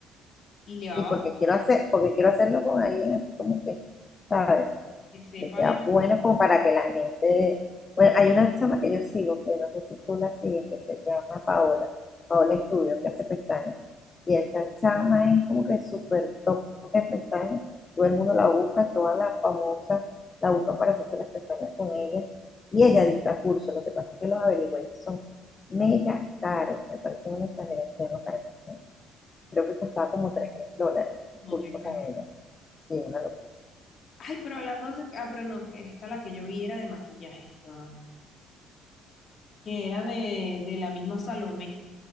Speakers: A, on the left (about 45°); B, on the left (about 30°).
A: y le va
B: sí, porque quiero hacer, porque quiero hacerlo con alguien así como que, ¿sabes?
A: Que sepan
B: que sea
A: eso,
B: bueno como para que la gente... Bueno, hay una chama que yo sigo, que no sé si tú la sigues, que se llama Paola, Paola Estudio, que hace pestañas. Y esa chama es como que súper top de pestañas. Todo el mundo la busca, todas las famosas la buscan para hacerse las pestañas con ella. Y ella dicta cursos, lo que pasa es que los averigué y son mega caros. Me parece un exageración lo caros que son. Creo que costaba como tres mil dólares el
A: no
B: curso
A: te creo.
B: con ella. Sí, una locura.
A: Ay, pero hablando acerca, ah, pero no, que esta la que yo vi era de maquillaje, no, no, que era de, de la misma Salomé.